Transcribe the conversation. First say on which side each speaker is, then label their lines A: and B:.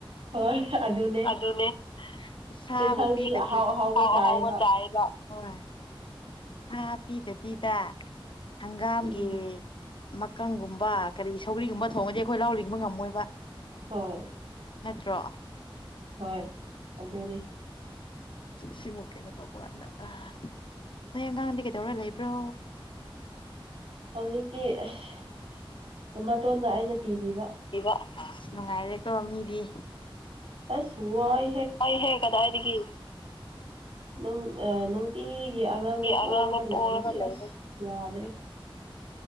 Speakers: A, on the right (about 80°); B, on the left (about 60°).
A: ꯍꯣꯏ ꯑꯗꯨꯅꯦ
B: ꯑꯗꯨꯅꯦ ꯁꯥꯕꯨ
A: ꯌꯦꯟꯁꯥꯡꯗꯤ
B: ꯄꯤꯗꯗꯤ
A: ꯑꯍꯥꯎ
B: ꯑꯍꯥꯎ
A: ꯆꯥꯏꯌꯦꯕ
B: ꯑꯍꯥꯎꯕ ꯆꯥꯏꯌꯦꯕ ꯍꯣꯏ ꯁꯥ ꯄꯤꯗꯕꯤꯗ ꯍꯪꯒꯥꯝꯒꯤ
A: ꯎꯝ
B: ꯃꯀꯪꯒꯨꯝꯕ ꯀꯔꯤ ꯁꯧꯒꯔꯤꯒꯨꯝꯕ ꯊꯣꯡꯉꯗꯤ ꯑꯩꯈꯣꯏ ꯂꯧ ꯂꯤꯡꯕ ꯉꯝꯃꯣꯏꯕ
A: ꯍꯣꯏ
B: ꯇ꯭ꯔꯣ
A: ꯍꯣꯏ ꯑꯗꯨꯅꯤ
B: ꯁꯤꯃꯨꯛ ꯀꯩꯅꯣ ꯇꯧꯕ ꯀꯥꯟꯗ ꯑ ꯅꯣꯏ ꯑꯉꯥꯡꯗꯤ ꯀꯩꯗꯧꯔ ꯂꯩꯕ꯭ꯔꯣ
A: ꯍꯧꯖꯤꯛꯇꯤ ꯑꯁ ꯃꯇꯣꯟꯗ ꯑꯩꯅ ꯄꯤꯕꯤꯕ
B: ꯏꯕ ꯑꯁ ꯅꯨꯡꯉꯥꯏꯔꯦꯀꯣ ꯃꯤꯗꯤ
A: ꯑꯁ ꯋꯥꯏ
B: ꯋꯥꯏꯍꯦ ꯀꯗꯥꯏꯗꯒꯤ
A: ꯅꯨꯡ ꯑꯥ ꯅꯨꯡꯇꯤꯒꯤ ꯑꯉꯥꯡꯅ
B: ꯒꯤ
A: ꯄꯣꯔꯒ
B: ꯑꯉꯥꯡꯗꯣ
A: ꯂꯩꯕꯒꯤ
B: ꯄꯣꯔꯒ ꯂꯩꯔꯦ
A: ꯑꯁ ꯌꯥꯗ꯭ꯔꯦ